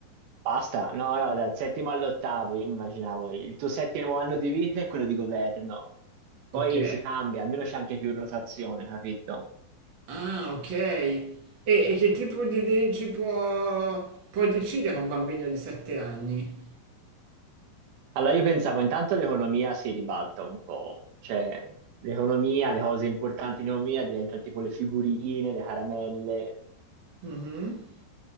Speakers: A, on the right; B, on the right.
A: Basta. No, no, dal settimo all'ottavo, io immaginavo il tuo settimo anno di vita è quello di governo. Poi
B: Ok.
A: si cambia, almeno c'è anche più rotazione, capito?
B: Ah, ok. E, e che tipo di leggi può, può decidere un bambino di 7 anni?
A: Allora io pensavo, intanto l'economia si ribalta un po', cioè l'economia, le cose importanti in economia diventano tipo le figurine, le caramelle.
B: Mhm.